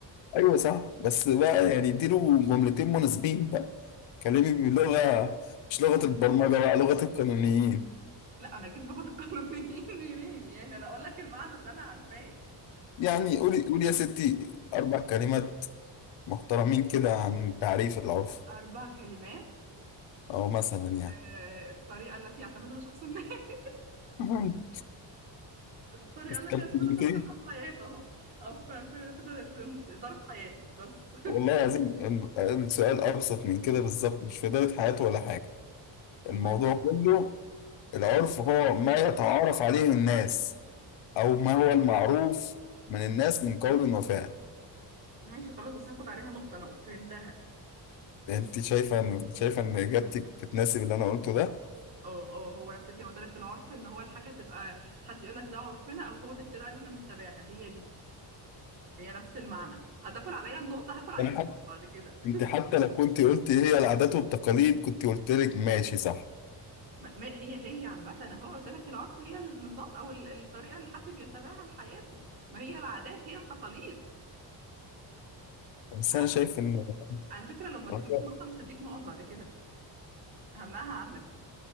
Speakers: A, on the left; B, on the right.
A: ايوه صح بس بقى يعني اديله جملتين مناسبين بقى كلمي بلغه مش لغه البرمجه بقى لغه القانونيين
B: لا انا اجيب لغة القانونيين <laughs> منين يعني انا اقول لك المعنى اللي انا عارفاه
A: يعني قولي قولي يا ستي اربع كلمات محترمين كده عن تعريف العرف
B: اربع كلمات
A: او مثلا يعني
B: آه، الطريقة التي يعتمدها شخص ما <laughs>
A: مهم.
B: الطريقة
A: استبدلتين
B: التي يعتمدها شخص ما في حياته اهو او في في في, في إدارة حياته بس
A: والله
B: <laughs>
A: العظيم ال- السؤال ابسط من كده بالظبط مش في اداره حياته ولا حاجه
B: أمال
A: الموضوع
B: إيه؟
A: كله العرف هو ما يتعارف عليه الناس أو ما هو المعروف من الناس من قول وفعل
B: ماشي خلاص بس هاخد عليها نقطة انا فهمتها
A: أنت شايفة إن شايفة إن إجابتك بتناسب اللي أنا قلته ده
B: اه اه هو نفس الكلمه قلت لك العرف ان هو الحاجه تبقى حد يقول لك ده عرفنا او هو دي الطريقه اللي احنا بنتبعها هي دي هي نفس المعنى هتاكل عليا النقطه هاكل عليك
A: أنا
B: نقط
A: حتى
B: بعد كده
A: أنت حتى لو كنت قلت هي العادات والتقاليد كنت قلت لك ماشي صح
B: <laughs> ما ما- هي هي عامه انا هو قلت لك العرف هي النظام او ال- الطريقه اللي حد بيتبعها لحياته ما هي العادات هي التقاليد
A: بس
B: على
A: أنا شايف إن
B: على فكره لو ما ادتنيش
A: <laughs>
B: النقطه مش هديك نقط بعد كده همنعها عنك